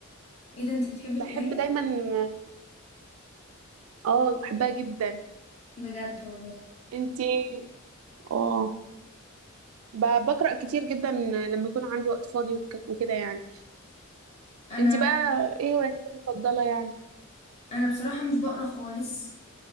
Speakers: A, on the left; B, on the right.
A: ايه ده انتي بتحبي القراية؟
B: بحب دايما اه آه، بحبها جدا
A: بجد والله
B: انتي اه ب- بقرأ كتير جدا لما يكون عندي وقت فاضي وك- وكده يعني
A: انا
B: انتي بقى ايه هواياتك المفضلة يعني؟
A: انا بصراحة مش بقرا خالص